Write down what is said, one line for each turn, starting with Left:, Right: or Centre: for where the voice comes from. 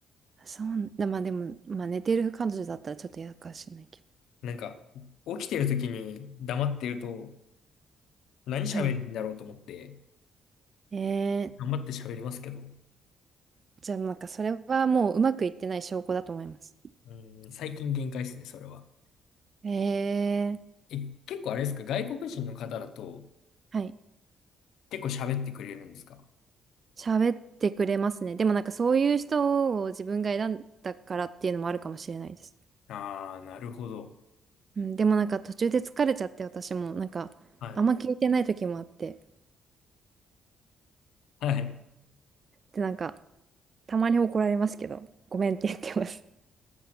Right: そう、だまあでも、まあ寝てる彼女だったらちょっと嫌かもしれないけど。
Left: なんか、起きてる時に黙ってると、何喋るんだろうと思って、
Right: はい。えー、
Left: 頑張って喋りますけど、
Right: じゃあなんかそれはもううまくいってない証拠だと思います。
Left: うん、最近限界ですね、それは。
Right: えー、
Left: え、結構あれですか、外国人の方だと、
Right: はい。
Left: 結構喋ってくれるんですか
Right: 喋ってくれますね。でもなんかそういう人を自分が選んだからっていうのもあるかもしれないです。
Left: ああー、なるほど。
Right: うん、でもなんか途中で疲れちゃって私もなんかあんま聞いてない時もあって。
Left: はい。はい。
Right: でなんかたまに怒られますけど、ごめんって言ってます。